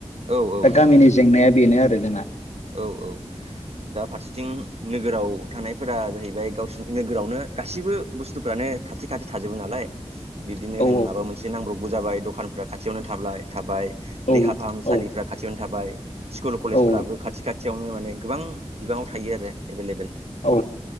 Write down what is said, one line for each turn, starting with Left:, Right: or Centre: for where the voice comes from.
Right: औ
Left: दा
Right: नंगौ
Left: गामिनि
Right: नंगौ
Left: जेंनाया बेनो आरो जोंना।
Right: औ औ दा फारसेथिं नोगोराव थानायफोरा जाहैबाय गावसिनि नोगोरावनो गासैबो बुस्थुफ्रानो खाथि खाथि थाजोबो नालाय बिबदिनो
Left: औ
Right: होन माबा मोनसे नांब्रबबो जाबाय दखानफ्रा खाथियावनो थाब्लाय थाबाय
Left: औ
Right: देहा फाहामसालिफ्रा
Left: औ
Right: खाथियावनो थाबाय स्कुल कलेजफोराबो
Left: औ
Right: खाथि खाथियावनो माने गोबां बिबाङाव थायो आरो एभेलेबेल
Left: औ